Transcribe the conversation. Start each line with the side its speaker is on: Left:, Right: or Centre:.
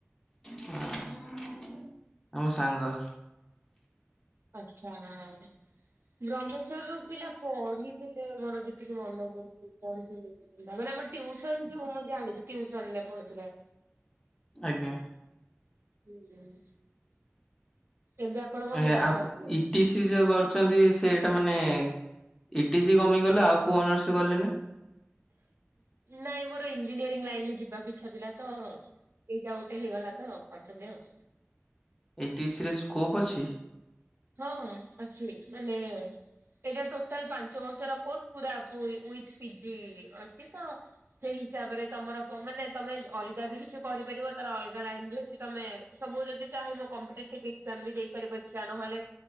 Left: ହଁ ଆମ ସାଙ୍ଗ।
Right: ଆଛା ହଁ। ବ୍ରହ୍ମେଶ୍ଵର ର ପିଲା ପଢିଥିଲେ ମୋର ଯେତିକି ମନେ ପଡୁଛି। ପୁ ମାନେ ଟିଉସନ ଯେ ମୁଁ ଜାଣିଛି ଟିଉସନ ରେ ପଢୁଥିଲେ।
Left: ଆଜ୍ଞା।
Right: ହୁଁ ହୁଁ। ଏବେ କଣ
Left: ଏ
Right: କରିବେ
Left: ଆପ
Right: ପ୍ଲସ ଥ୍ରୀ?
Left: ଇଟିସି ଯୋଉ କରୁଛନ୍ତି ସେଇଟା ମାନେ ଇଟିସି କମ୍ପାଇ କଲେ ଆଉ କୋଉ ଅନର୍ସ କଲେନି।
Right: ନାଇଁ ମୋର ଇଞ୍ଜିନିୟରିଂ ଲାଇନ ରେ ଯିବାକୁ ଇଚ୍ଛା ଥିଲା ତ। ଏଇଟା ଗୋଟେ ହେଇଗଲା ତ କରିଦେଲି ଆଉ।
Left: ଏଟି ସି ରେ ସ୍କୋପ୍ ଅଛି?
Right: ହଁ ହଁ ଅଛି ମାନେ ଏଇଟା ଟୋଟାଲ ପାଞ୍ଚ ବର୍ସର କୋର୍ସ। ପୁରା ପୁଇ ୱିଥ ପିଜି ଅଛି ତ? ସେଇ ହିସାବରେ ତମର ପ ମାନେ ତମେ ଅଲଗା ବି କିଛି କରିପାରିବ ତାର ଅଲଗା ଲାଇନ ବି ଅଛି, ତମେ ସବୁ ଯଦି ଚାହିଁ ବ କମ୍ପିଟେଟିଭ ଏକ୍ଜାମ ବି ଦେଇପାରିବ, ଇଚ୍ଛା ନହେଲେ